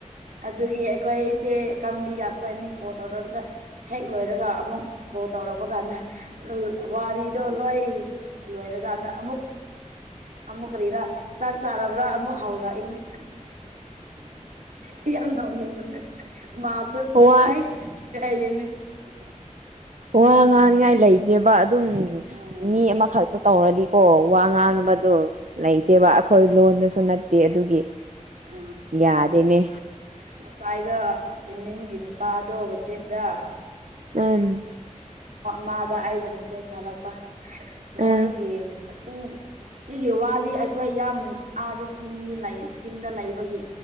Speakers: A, on the right; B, on the right.
A: ꯑꯗꯨꯒꯤ ꯑꯩꯈꯣꯏꯁꯦ ꯀꯥꯡꯕꯤꯒ ꯑꯩꯈꯣꯏ ꯑꯅꯤ ꯀꯣꯜ ꯇꯧꯔꯒ ꯍꯦꯛ ꯂꯣꯏꯔꯒ ꯑꯃꯨꯛ ꯀꯣꯜ ꯇꯧꯔꯛꯄ ꯀꯥꯟꯗ ꯋꯥꯔꯗꯣ ꯂꯣꯏ ꯂꯣꯏꯔꯀꯥꯟꯗ ꯑꯃꯨꯛ ꯑꯃꯨꯛ ꯀꯔꯤꯔꯥ ꯆꯥꯛ ꯆꯥꯔꯕ꯭ꯔꯥ ꯑꯃꯨꯛ ꯍꯥꯎꯔꯛꯏꯅꯦ ꯌꯥꯝ ꯌꯥꯝꯗꯥꯎꯅꯤ ꯃꯅ ꯃꯥꯆ
B: ꯋꯥ
A: ꯍꯥꯏ ꯌꯦꯅꯦ <unintelligible>
B: ꯋꯥ ꯉꯥꯡꯅꯤꯉꯥꯏ ꯂꯩꯇꯦꯕ ꯑꯗꯨꯝ
A: ꯑꯥ
B: ꯃꯤ ꯑꯃꯈꯛꯇ ꯇꯧꯔꯗꯤꯀꯣ ꯋꯥ ꯉꯥꯡꯅꯕꯗꯣ ꯂꯩꯇꯦꯕ ꯑꯩꯈꯣꯏ ꯂꯣꯟꯗꯁꯨ ꯅꯠꯇꯦ ꯑꯗꯨꯒꯤ
A: ꯑ
B: ꯌꯥꯗꯦꯅꯦ
A: ꯉꯁꯥꯏꯗꯣ ꯑꯦꯃꯤꯡꯒꯤ ꯅꯨꯄꯥꯗꯣ ꯋꯥꯆꯦꯞꯗ
B: ꯎ
A: ꯃꯥꯗ ꯑꯔꯅꯁꯦ ꯁꯥꯔꯛꯄ ꯃꯣꯏꯒꯤ
B: ꯎꯝ
A: ꯑꯁꯤ ꯁꯤꯒꯤ ꯋꯥꯗꯤ ꯑꯩꯈꯣꯏ ꯌꯥꯝ ꯑꯥꯗ ꯆꯤꯡꯅꯤ ꯆꯤꯡꯗ ꯂꯩꯕꯒꯤ